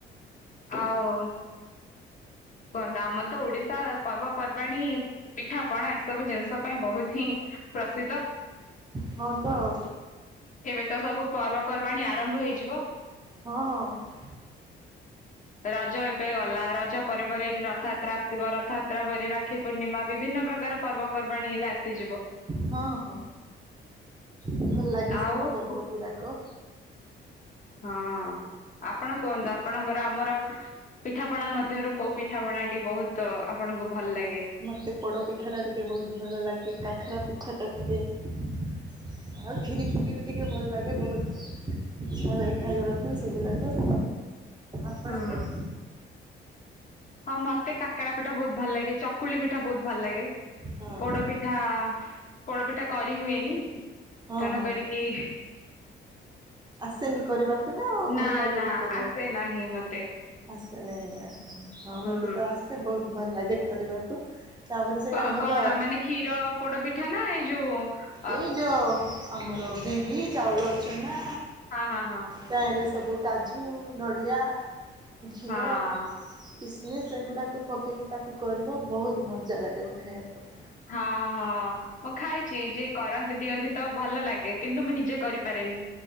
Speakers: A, on the left (about 40°); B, on the right (about 20°).
A: ଆଉ-ଉ-ଉ କୁହନ୍ତୁ ଆମର ତ ଓଡିଶା ପର୍ବପର୍ବାଣି ପିଠାପଣା ଏସବୁ ଜିନିଷ ପାଇଁ ବହୁତ ହିଁ ପ୍ରସିଦ୍ଧ।
B: ହଁ ତ ଆଉ
A: ଏବେ ତ ସବୁ ପର୍ବପର୍ବାଣି ଆରମ୍ଭ ହେଇଯିବ।
B: ହଁ-ଅ-ଅ,
A: ରଜ ଏବେେ ଗଲା ର ପରେ ପରେ ଏଇଠି ରଥଯାତ୍ରା ଆସିବ। ରଥଯାତ୍ରା ପରେ ରାକ୍ଷୀ ପୂର୍ଣ୍ଣିମା ବିଭିନ୍ନ ପ୍ରକାର ପର୍ବପର୍ବାଣି ଏଇଲ ଆସି ହେଇଯିବ,
B: ହଁ ହଁ ଭଲ ଲାଗେ
A: ଆଉ
B: ସବୁ ପର୍ବ
A: କୁ
B: ଗୁଡ଼ାକ।
A: ହଁ ଆପଣ କୁହନ୍ତୁ ଆପଣଙ୍କର ଆମର ପିଠାପଣା ମଧ୍ୟରୁ କୋଉ ପିଠା ପଣାଟି ବହୁତ ଆପଣଙ୍କୁ ଭଲ ଲାଗେ?
B: ମୋତେ ପୋଡ଼ପିଠାଟା ଟିକେ ବହୁତ ଭଲ ଲାଗେ। କାଖରା ପିଠାଟା ଟିକେ ଆଉ ଖିରି ଫିରି ବି ଟିକେ ଭଲ ଲାଗେ ବହୁତ ଇଚ୍ଛା ହୁଏ ଖାଇବାକୁ ସେଗୁଡାକ। ଆପଣଙ୍କୁ?
A: ହୁଁ ହଁ ମତେ କାକେରା ପିଠା ବହୁତ ଭଲ ଲାଗେ, ଚକୁଳି ପିଠା ବହୁତ ଭଲ ଲାଗେ,
B: ହଁ
A: ପୋଡ
B: ହଁ
A: ପି ଠା-ଆ-ଆ ପୋଡ ପିଠା କରି ହୁଏନି।
B: ହଁ
A: ତେଣୁ
B: ହଁ
A: କରିକି
B: ଆସେନି କରିବାକୁ ନା-ଆ-ଆ ଭଲ
A: ନା
B: ଲାଗେନି
A: ନା
B: କରିବାକୁ।
A: ଆସେ ନାହିଁ ମତେ
B: ଆସେ ନାଇଁ ଆଜ୍ଞା, ହଁ
A: ହୁଁ।
B: ମତେ ତ ଆସେ ବହୁତ ଭଲ ଲାଗେ କରିବାକୁ। ତାପରେ ସେଇଟା
A: କ ଆଉ
B: ଭଲ
A: କଣ ମାନେ କ୍ଷୀର ପୋଡ ପିଠା ନା ଏଇ ଯୋଉ-ଉ-ଉ-ଉ
B: ଏଇ ଯୋଉ ଆମର ବିରି, ଚାଉଳ ଚୁନା
A: ହଁ ହଁ ହଁ।
B: ତାଇରେ ସବୁ କାଜୁ, ନଡ଼ିଆ, ଘିଅ
A: ହଁ।
B: କିସ୍ମିସ୍ ଏଗୁଡାକୁ ପକେଇକି ତାକୁ କରିବ ବହୁତ ମଜା ଲାଗିବ ଖାଇବାକୁ।
A: ହଁ ହଁ ମୁଁ ଖାଇଛି ଯିଏ କରନ୍ତି ଦିଅନ୍ତି ତ ଭଲ ଲାଗେ। କିନ୍ତୁ ମୁଁ ନିଜେ କରିପାରେନି।